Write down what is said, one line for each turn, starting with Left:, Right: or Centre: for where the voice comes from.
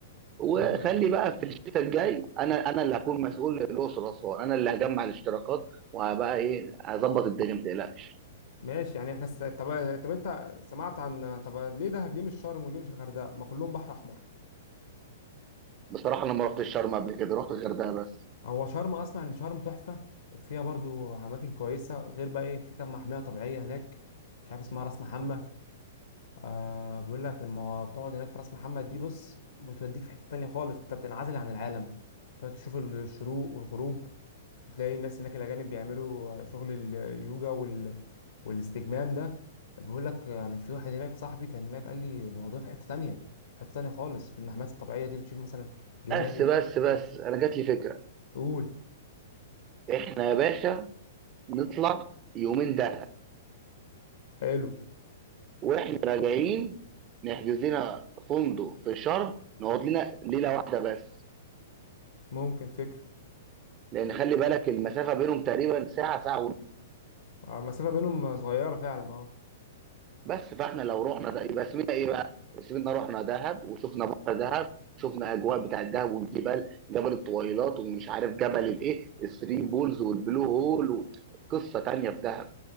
Right: وخلي
Left: ما إحنا-
Right: بقى في الشتاء الجاي انا انا اللي هكون مسؤول للاقصر واسوان انا اللي هجمع الاشتراكات وهبقى ايه هظبط الدنيا ما تقلقش
Left: ماشي يعني احنا الس- طب طب انت سمعت عن طب ليه دهب ليه مش شرم وليه مش الغردقه ما كلهم بحر احمر
Right: بصراحه انا ما رحتش شرم قبل كده رحت الغردقه بس
Left: هو شرم اسمع ان شرم تحفه وفيها برضو اماكن كويسه غير بقى ايه في كام محميه طبيعيه هناك مش عارف اسمها راس محمد آه بيقول لك المو... بتقعد هناك في راس محمد دي بص بتوديك في حته تانية خالص انت بتنعزل عن العالم تقعد تشوف الشروق والغروب وتلاقي الناس هناك الاجانب بيعملوا شغل اليوجا وال... والاستجمام ده بيقول لك يعني في واحد هناك صاحبي كان هناك قال لي الموضوع في حته تانية في حته تانية خالص في المحميات الطبيعيه دي بتشوف مثلا جمال
Right: بس بس بس انا جات لي فكره
Left: قول
Right: احنا يا باشا نطلع يومين دهب
Left: حلو
Right: واحنا راجعين نحجز لنا فندق في شرم نقعد لنا ليله واحده بس
Left: ممكن فكرة
Right: لان خلي بالك المسافه بينهم تقريبا ساعه ساعه ونص
Left: آه، المسافة بينهم صغيرة فعلا اه
Right: بس فاحنا لو رحنا ده يبقى اسمنا ايه بقى؟ اسمنا رحنا دهب وشفنا بحر دهب شفنا اجواء بتاع الدهب والجبال جبل الطويلات ومش عارف جبل الايه الثري بولز والبلو هول قصه تانيه في دهب